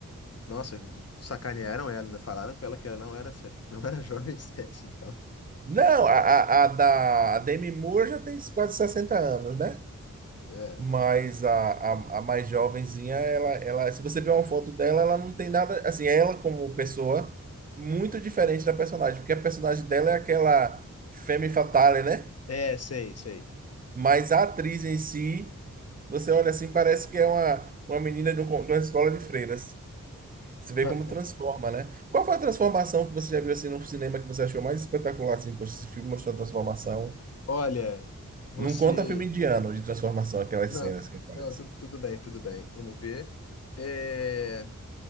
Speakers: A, on the left (about 50°); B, on the right (about 25°).
A: Nossa, sacanearam ela, ainda falaram com ela que ela não era, se- <laughs> não era jovem <laughs> sexy, então.
B: Não, a, a, a da a Demi Moore já tem quase 60 anos, né?
A: É,
B: Mas a, a, a mais jovenzinha, ela, ela, se você ver uma foto dela, ela não tem nada, assim, ela como pessoa, muito diferente da personagem, porque a personagem dela é aquela femme fatale, né?
A: é, sei, sei.
B: Mas a atriz em si, você olha assim, parece que é uma, uma menina de, um, con- de uma escola de freiras. Você vê
A: <laughs>
B: como transforma, né? Qual foi a transformação que você já viu assim no cinema que você achou mais espetacular, assim, poxa, esse filme mostrou a transformação?
A: Olha, você.
B: Não conta filme indiano de transformação, aquelas
A: Não,
B: cenas que aparecem.
A: não, tu- tudo bem, tudo bem. Vamos ver. É,